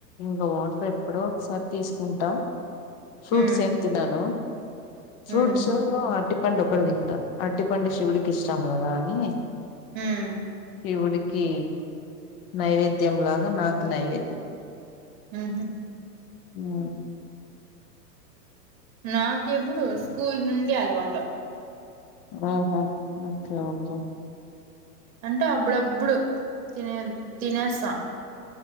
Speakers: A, on the left; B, on the right.
A: ఇంకా వాట్ ఎప్పుడో ఒకసారి తీసుకుంటా ఫ్రూట్స్
B: ఉమ్
A: ఏం తినను ఫ్రూట్స్
B: ఉమ్
A: లో అటి <unintelligible> పండు ఒకటి తింటా అర్టి పండే శివుడికిష్టం కదా అని
B: ఉమ్
A: శివుడికి నైవేద్యం లాగా నాకు నైవేద్యం
B: ఊహూ
A: హూ
B: నాకెప్పుడు స్కూల్ నుండి అలవాటు
A: ఆహా ఓకే ఓకే
B: అంటే అప్పుడబ్బుడు తినే తినేస్తా